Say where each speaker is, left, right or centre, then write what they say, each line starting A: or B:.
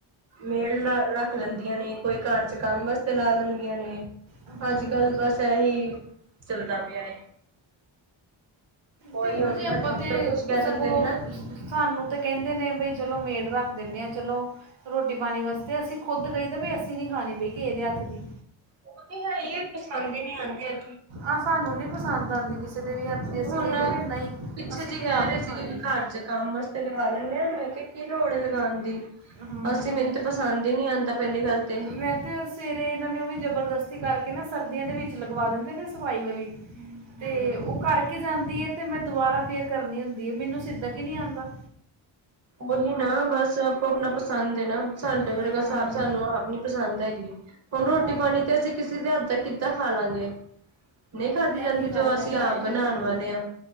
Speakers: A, on the right (about 35°); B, on the right (about 65°).
A: ਮੇਲ ਰੱਖ ਲੈਂਦੀਆਂ ਨੇ। ਕੋਈ ਘਰ ਚ ਕੰਮ ਵਾਸਤੇ ਲਾ ਲੈਂਦੀਆਂ ਨੇ।
B: ਹਾਂ
A: ਅੱਜ-ਕੱਲ ਬਸ ਐਹੀ ਚੱਲਦਾ ਪੇਆਏ। ਉਹੀ
B: ਦੇਖੋ
A: ਹੁਣ
B: ਜੀ,
A: ਨਾ
B: ਆਪਾਂ
A: ਡਾਕਟਰ
B: ਤੇ
A: ਕੁਛ ਕਹਿ
B: ਸਗੋਂ
A: ਦਿੰਦੇ ਨੇ ਨਾ
B: ਸਾਨੂੰ ਤੇ ਕੈਂਦੇ ਨੇ ਬਈ ਚਲੋ ਮੇਡ ਰੱਖ ਦਿੰਨੇ ਆਂ ਚਲੋ ਰੋਟੀ-ਪਾਣੀ ਵਾਸਤੇ ਅਸੀ ਖੁੱਦ ਕਈ ਤਾਂ ਵੀ ਅਸੀ ਨਈਂ ਖਾਣੀ ਬਈ ਕਿਹੇ ਦੇ ਹੱਥ ਦੀ।
A: ਓਤੇ ਹੈ, ਪਸੰਦ ਈ ਨੀਂ ਆਂਦੀ।
B: ਆਹ ਸਾਨੂੰ ਨੀ ਪਸੰਦ ਆਂਦੀ ਕਿਸੇ ਦੇ ਵੀ ਹੱਥ ਦੀ, ਅਸੀ
A: ਹੁਣ
B: ਕਈ ਦਾ ਵੀ ਨਈਂ
A: ਪਿੱਛੇ
B: ਅਸੀ ਤੇ
A: ਕਹਿ
B: ਆਪ
A: ਰਹੇ
B: ਈ
A: ਸੀਗੇ
B: ਖਾਣੀ।
A: ਵੀ ਘਰ ਜੇ ਕੰਮ ਵਾਸਤੇ ਲਗਾਨੀਂ, ਹਾਂ ਮੈਂ ਕੇਆ ਕੀ ਲੋੜ ਲਗਾਣ ਦੀ?
B: ਹਾਂ
A: ਅਸੀ ਮੈਨੂੰ ਤੇ ਪਸੰਦ ਈਂ ਨੀਂ ਆਂਦਾ ਪੈਲੀ ਗੱਲ ਤੇ।
B: ਮੈਂ ਤੇ ਸਵੇਰੇ ਏਨਾਂ ਨੇ ਓਵੀ ਜਬਰਦਸਤੀ ਕਰਕੇ ਨਾ ਸਰਦੀਆਂ ਦੇ ਵਿੱਚ ਲਗਵਾ ਦਿੰਦੇ ਨੇ ਸਫਾਈ ਵਾਲੀ।
A: ਹਮ
B: ਤੇ ਓ ਕਰ ਕੇ ਜਾਂਦੀ ਐਤੇ, ਮੈਂ ਦੁਬਾਰਾ ਫੇਰ ਕਰਨੀ ਹੁੰਦੀਐ ਮੈਨੂੰ ਸਿੱਦਕ ਈ ਨੀਂ ਆਂਦਾ।
A: ਓਹੀ ਨਾ ਬਸ ਆਪੋ ਅਪਨਾ ਪਸੰਦ ਏ ਨਾ ਸਾਡੇ
B: ਹਾਂ,
A: ਵਰਗਾ ਸਾਬ, ਸਾਨੂੰ ਆਪ ਨੀ ਪਸੰਦ ਹੈਗੀ ਹੁਣ, ਰੋਟੀ
B: ਹੋਰ
A: ਪਾਣੀ ਤੇ ਅਸੀ ਕਿਸੇ ਦੇ ਹੱਥ ਦਾ ਕਿੱਦਾਂ ਖਾਲਾਂਗੇ? ਨਈਂ ਖਾਦੀ ਜਾਂਦੀ,
B: ਇਹੀ
A: ਜੋ
B: ਗੱਲ
A: ਅਸੀ
B: ਹੈ ਨਾ
A: ਆਪ
B: ਇਹੀ
A: ਬਣਾਣ
B: ਗੱਲ
A: ਵਾਲੇ ਆਂ,